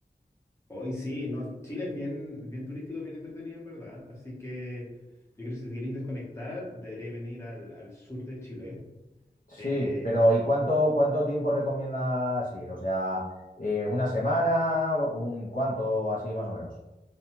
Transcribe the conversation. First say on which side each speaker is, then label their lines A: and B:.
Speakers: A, on the left; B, on the left.
A: Hoy sí, no, Chile es bien, bien turístico, bien entretenido, en verdad. Así que yo creo que si te queréis desconectar, deberéis venir al, al sur de Chile.
B: Sí,
A: Eh,
B: pero ¿y cuánto, cuánto tiempo recomiendas ir? O sea, eh, una semana, un cuánto, así más o menos.